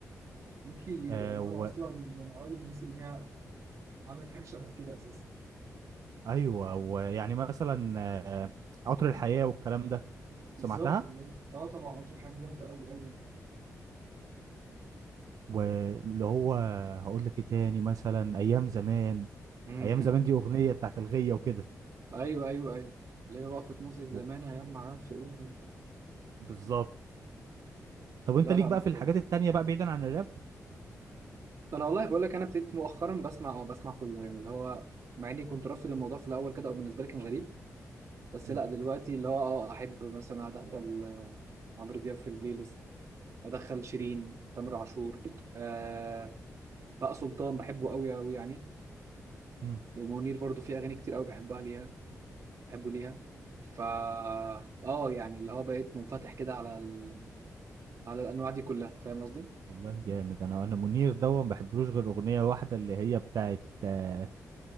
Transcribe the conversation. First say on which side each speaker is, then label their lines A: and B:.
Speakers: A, on the right; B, on the right.
A: ميكي
B: آه
A: أنا
B: و...
A: هو أصلا من أوائل الناس اللي هي عملت حاجة شبه كده أساسا
B: ايوه ويعني مثلا آه آه، عطر الحياه والكلام ده سمعتها
A: بالظبط كده أه طبعا قطر حاجة جامدة أوي أوي يعني
B: واللي هو هقول لك ايه تاني مثلا ايام زمان
A: امم
B: ايام زمان دي اغنيه بتاعت الغيه وكده
A: ايوه ايوه ايوه اللي هي وقفت نص الزمان
B: و-
A: ايام ما اعرفش ايه
B: بالظبط طب انت
A: لا
B: ليك
A: لا
B: بقى
A: مش
B: في الحاجات
A: كامل
B: التانية بقى بعيدا عن الراب
A: انا والله بقول لك انا ابتديت مؤخرا بسمع او بسمع كله يعني اللي هو مع اني كنت رافض الموضوع في الاول كده او بالنسبه لي كان غريب بس
B: مم.
A: لا دلوقتي اللي هو اه احب مثلا ادخل آه، عمرو دياب في البلاي ليست ادخل شيرين تامر عاشور آه بقى سلطان بحبه قوي قوي يعني
B: مم.
A: ومنير برضو في اغاني كتير قوي بحبها ليها بحبه ليها فا اه يعني اللي هو بقيت منفتح كده على ال... على الانواع دي كلها فاهم قصدي؟
B: والله جامد انا انا منير دوا ما بحبلوش غير اغنيه واحده اللي هي بتاعت آه،